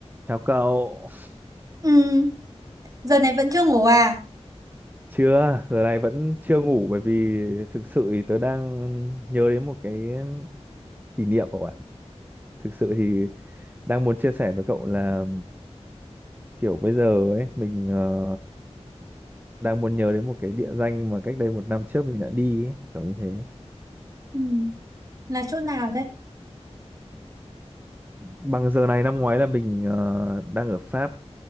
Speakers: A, on the right; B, on the right.
A: Chào cậu,
B: Ừ, giờ này vẫn chưa ngủ à?
A: chưa, giờ này vẫn chưa ngủ bởi vì thực sự thì tớ đang nhớ đến một cái kỷ niệm của bạn. Thực sự thì đang muốn chia sẻ với cậu là kiểu bây giờ ấy, mình ờ, đang muốn nhớ đến một cái địa danh mà cách đây một năm trước mình đã đi ấy, kiểu như thế.
B: Ừ, là chỗ nào đấy?
A: Bằng giờ này năm ngoái là mình ờ, đang ở Pháp